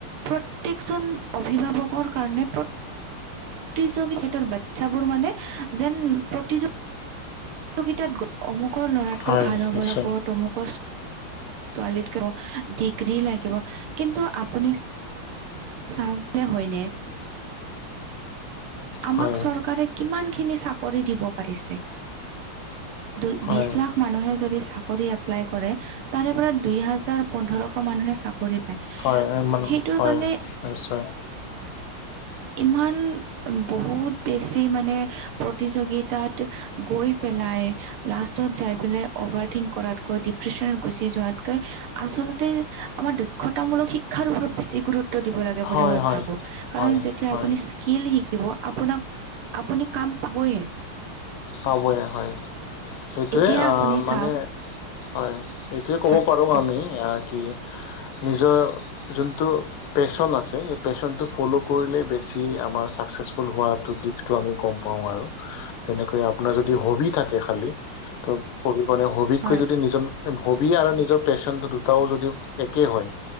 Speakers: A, on the right; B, on the left.
A: প্ৰত্যেকজন অভিভাৱকৰ কাৰণে প্ৰ প্ৰতিযগী সিহঁতৰ বাচ্ছাবোৰ মানে যেন প্ৰতিযগ প্ৰতিযোগিতাত অমুকৰ ল'ৰাতকৈ
B: হয়
A: ভাল হ'ব
B: নিশ্চয়
A: লাগব', তমুকৰ- <unintelligible> ডিগ্ৰী লাগিব কিন্তু আপুনি চাওঁক তে হয়নে? আমাক
B: হয়
A: চৰকাৰে কিমানখিনি চাকৰি দিব পাৰিছে? দুই
B: হয়
A: বিছ লাখ মানুহে যদি চাকৰি এপ্লাই কৰে তাৰেপৰা দুই হাজাৰ পোন্ধৰশ মানুহে চাক কৰি পায় সেইটোৰ
B: হয় মানে হয়
A: কাৰণে
B: নিশ্চয়
A: ইমান বহুত বেছি মানে প্ৰতিযগিতাত গৈ পেলাই লাষ্টত যাই পেলাই অভাৰ থিংক কৰাতকৈ ডিপ্ৰেচনত গুচি যোৱাতকৈ আচলতে আমাৰ দক্ষতামূলক শিক্ষাৰ ওপৰত বেছি গুৰুত <unintelligible> দিব লাগে বুলি
B: হয়
A: মই
B: হয়
A: ভাবো। কাৰণ
B: হয়
A: যেতিয়া
B: হয়
A: আপুনি চি কিল শিকিব আপোনাক আপুনি কাম পাবয়ে।
B: পাবয়ে হয় সেইটোৱে।
A: এতিয়া
B: অ
A: আপুনি চাওক
B: মানে হয়। এইটোৱে ক'ব
A: হয়
B: পাৰো
A: কওক
B: আমি কি নিজৰ যোনটো পেশ্বন আছে সেই পেশ্বনটো ফল' কৰিলেই বেছি আমাৰ ছাকচেছফুল হোৱাটো দিশ টো আমি গম পাওঁ আৰু হেনে কে আপোনাৰ যদি হবি থাকে খালী। ত' হবি মানে হবতকৈ
A: হয়
B: যদি নিজন হবি আৰু নিজৰ পেশ্বনটো দুটাও যদি একে হয়।